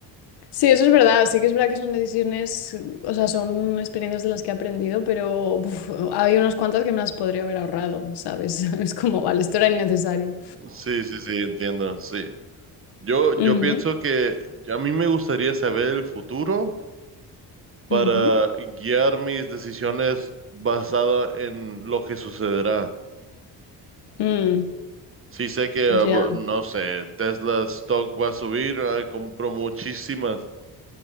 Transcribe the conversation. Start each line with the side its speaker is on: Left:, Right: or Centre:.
Left: Sí, eso es verdad, sí que es verdad que son decisiones, o sea, son experiencias de las que he aprendido, pero uf, hay unas cuantas que me las podría haber ahorrado, ¿sabes? <laughs> Es como, vale, esto era innecesario.
Right: Sí, sí, sí, entiendo, sí. Yo yo
Left: Ujú,
Right: pienso que a mí me gustaría saber el futuro para
Left: ujú,
Right: guiar mis decisiones basada en lo que sucederá.
Left: mm,
Right: Sí sé que, ah,
Left: ya.
Right: bu- no sé, Tesla stock va a subir, ay, compro muchísimas.